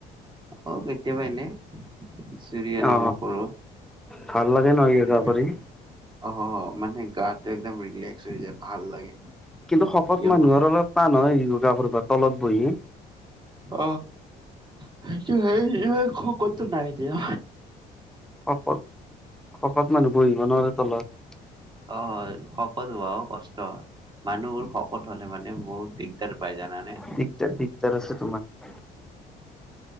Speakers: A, on the right; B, in the centre.
A: অ কেতিয়াবা এনে সূৰ্য নম
B: অ
A: কৰো
B: ভাল লাগে ন য়োগা
A: এনেকুৱা
B: কৰি
A: এনেকুৱা অ মানে গাটো একদম ৰিলেক্স হৈ যায় ভাল লাগে
B: কিন্তু শকত
A: য়োগা
B: মানুহৰ অলপ টান হয় য়ো- গা কৰিব তলত বহি
A: অ <unintelligible> শকত তো নাই দিয়া
B: শকত শকত মানুহে বহিব নোৱাৰে তলত।
A: অ শকত হোৱাও কষ্ট। মানুহবোৰ শকত হলে মানে বহুত দিগদাৰ পায় জানানে।
B: দিগদাৰ দিগদাৰ আছে তোমাৰ